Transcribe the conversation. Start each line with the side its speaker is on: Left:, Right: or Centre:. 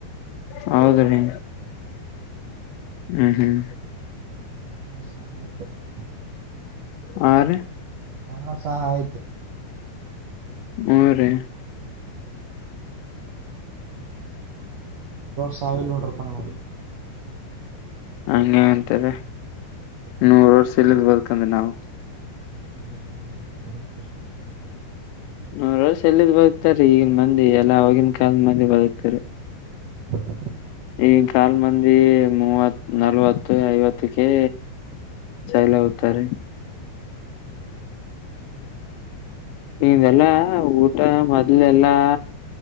Left: ಹೌದರೀ ಹ್ಮ್ ಹ್ಮ್.
Right: <unintelligible>
Left: ಹಾರೀ
Right: ಬಹಳ ಸಹಾಯ ಆಯ್ತು.
Left: ಹುನ್ರಿ.
Right: ಸಾವಿಲ್ಲ ನೋಡ್ರಪ್ಪ ನಂಗೆ.
Left: ಹಂಗೆ ಅಂತವೆ ನೂರ್ ವರ್ಷ ಇಲ್ಲದ ಬರ್ತಂದ ನಾವು.
Right: <inaudible>
Left: ನೂರ್ ವರ್ಷ ಎಲ್ಲಿದ್ ಬದುತಾರ ಈಗಿನ ಮಂದಿ ಎಲ್ಲಾ ಹೋಗಿನ ಕಾಲದ ಮಂದಿ ಬದುಕ್ತಿದ್ರು.
Right: <inaudible>
Left: ಈಕಾಲ್ ಮಂದಿ ಮೂವತ್. ನಲ್ವತ್ತು ಐವತ್ತಕ್ಕೆ ಚೈಲ ಹೋಗತಾರೆ. ಇದೆಲ್ಲಾ ಊಟ ಮೊದ್ಲೆಲ್ಲಾ.